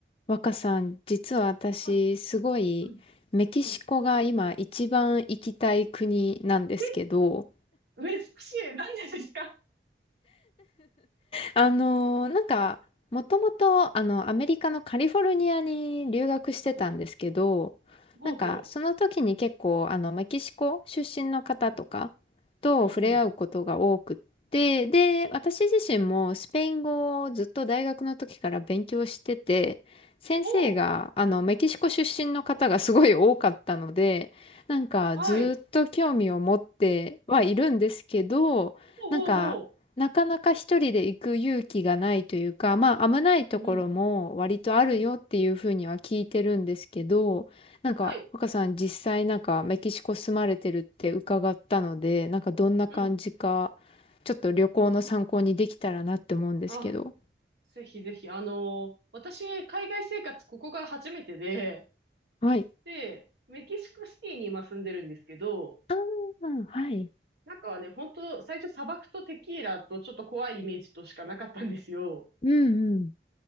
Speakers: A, on the left; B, on the right.
A: 若さん、実は私、
B: はい。
A: すごい、
B: うん。
A: メキシコが今一番行きたい国なんですけど、
B: うん。え、珍しい。何がですか
A: あのーなんか、もともと、あの、アメリカのカリフォルニアに留学してたんですけど、
B: ほうほうほ
A: なんか、その時に結構、あの、メキシコ出身の方とか
B: う。うん。
A: と触れ合うことが多くって、
B: うんうん。
A: で、私自身もスペイン語をずっと大学の時から勉強してて、先生が、
B: おお。
A: あの、メキシコ出身の方がすごい多かったので、なんか、
B: うんはい。
A: ずっと興味を持ってはいるんですけど、
B: ほうほうほ
A: なんか、なかなか一人で行く勇気がないというか、まあ危ないところも割とあるよっていうふうには聞いてるんですけど、
B: う。うんうん。うん。
A: なんか若さん実際なんかメキシコ住まれてるって伺ったので、
B: はい。
A: なんかどんな感じか、
B: うん。
A: ちょっと旅行の参考にできたらなって思うんですけど。
B: あ、ぜひぜひ。あのー私、海外生活ここが初めてで、
A: はい。
B: で、メキシコシティに今住んでるんですけど、
A: ああ、はい。
B: なんかね、本当最初砂漠とテキーラとちょっと怖いイメージとしかなかったんですよ。
A: うんうん。